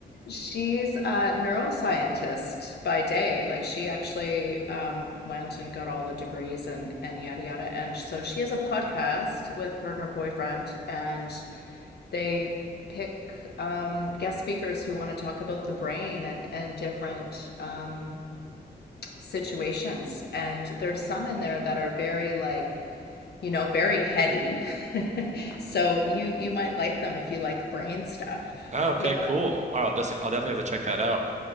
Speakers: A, on the left; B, on the right.
A: She's a neuroscientist by day. Like she actually um, went and got all the degrees and and yada yada. And so she has a podcast with her and her boyfriend, and they pick um, guest speakers who want to talk about the brain and and different um, situations. And there's some in there that are very like you know, very heady. <laughs> So you you might like them if you like brain stuff.
B: Oh, Okay,
A: Yeah.
B: cool. All right, I'll, des- I'll definitely have to check that out.